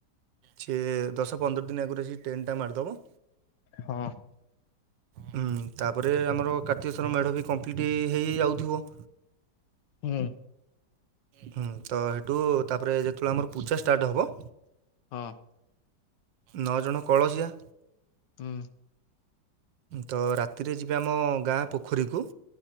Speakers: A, on the right; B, on the left.
A: ଛିଃ ଏ ଦଶ ପନ୍ଦର ଦିନ ଆଗରୁ ଆସି ଟେଣ୍ଟ ଟା ମାରିଦେବ।
B: ହଁ।
A: ହୁଁ ତାପରେ ଆମର କାର୍ତ୍ତିେଶ୍ୱର ମେଢ଼ ବି କମ୍ପ୍ଲିଟ୍ ହେଇ ହେ ଯାଉଥିବ।
B: ହୁଁ।
A: ହୁଁ ତ ହେଠୁ ତାପରେ ଯେତେବେଳେ ଆମର ପୂଛା ଷ୍ଟାର୍ଟ ହେବ।
B: ହଁ।
A: ନଅ ଜଣ କଳସିଆ।
B: ହୁଁ।
A: ତ ରାତିରେ ଯିବେ ଆମ ଗାଁ ପୋଖରୀକୁ।